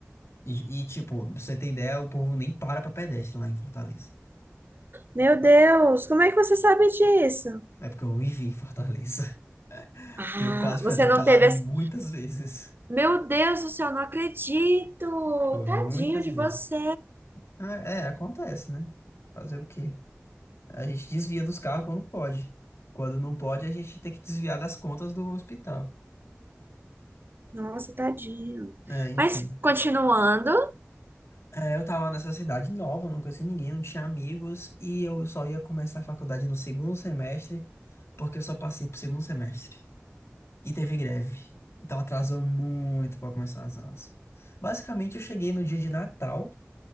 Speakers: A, on the left; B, on the right.
A: E, e, tipo, pra você ter ideia, o povo nem para pra pedestre lá em Fortaleza.
B: Meu
A: Para.
B: Deus, como é que você sabe disso?
A: É porque eu vivi em Fortaleza. <laughs>
B: Ah,
A: E eu quase fui
B: você
A: atropelado
B: não teve esse.
A: muitas vezes.
B: Meu Deus do céu, não acredito!
A: Pô,
B: Tadinho
A: muitas
B: de
A: vezes.
B: você.
A: Ah, é, acontece, né? Fazer o quê? A gente desvia dos carros quando pode. Quando não pode, a gente tem que desviar das contas do hospital.
B: Nossa, tadinho.
A: É, enfim.
B: Mas continuando.
A: É, eu tava nessa cidade nova, não conhecia ninguém, não tinha amigos, e eu só ia começar a faculdade no segundo semestre, porque eu só passei pro segundo semestre. E teve greve. Então atrasou muito para começar as aulas. Basicamente, eu cheguei no dia de Natal,